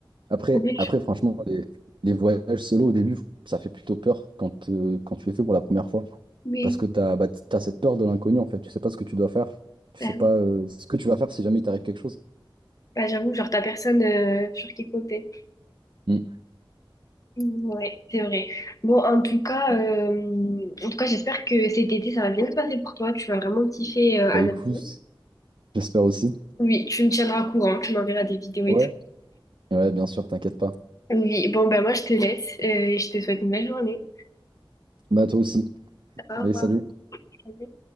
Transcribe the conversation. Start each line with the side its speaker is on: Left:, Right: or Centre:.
Right: Après,
Left: Ou bien,
Right: après
Left: je-
Right: franchement, les, les voyages solo au début, ça fait plutôt peur quand, euh, quand tu les fais pour la première fois.
Left: Oui,
Right: Parce que t'as, bah, t'as cette peur de l'inconnu, en fait. Tu sais pas ce que tu dois faire. Tu
Left: ben,
Right: sais pas
Left: oui.
Right: euh, ce que tu vas faire si jamais il t'arrive quelque chose.
Left: Ben, j'avoue, genre t'as personne euh, sur qui compter.
Right: Mm.
Left: Mm, Ouais, c'est vrai. Bon, en tout cas, euh, en tout cas, j'espère que cet été ça va bien se passer pour toi. Tu vas vraiment kiffer euh, à
Right: Bah écoute,
Left: Nagano.
Right: j'espère aussi.
Left: Oui, tu me tiendras au courant, tu m'enverras des vidéos
Right: Ouais.
Left: et tout.
Right: Ouais, bien sûr, t'inquiète pas.
Left: Oui, bon, ben moi je te laisse euh, et je te souhaite une belle journée.
Right: Bah toi aussi.
Left: Au
Right: Allez,
Left: revoir.
Right: salut.
Left: Salut.